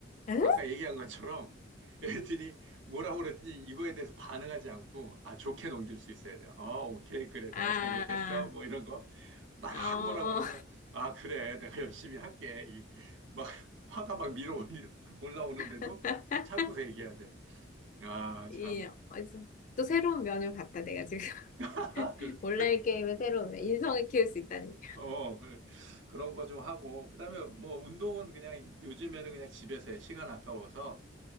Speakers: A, on the left; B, on the right.
A: 응?
B: 아까 얘기한 것처럼 애들이 뭐라고 그랬든지 이거에 대해서 반응하지 않고 아 좋게 넘길 수 있어야 돼요. 어 오케이 그래
A: 아,
B: 내가 잘못했어 뭐 이런 거 막
A: 어,
B: 뭐라고 그러면 아 그래 내가 열심히 할게 이- 막 <laughs> 화가 막 밀어 올리- 올라오는데도
A: <laughs>
B: 참고서 얘기해야 돼. 아
A: 이,
B: 참.
A: 어디서, 또 새로운 면을 봤다, 내가 지금. <laughs>
B: <laughs> 그
A: 온라인 게임의 새로운 면, 인성을 키울 수 있다니.
B: 어, 그, 그런 거 좀 하고, 그 다음에 뭐 운동은 그냥 요즘에는 그냥 집에서 해. 시간 아까워서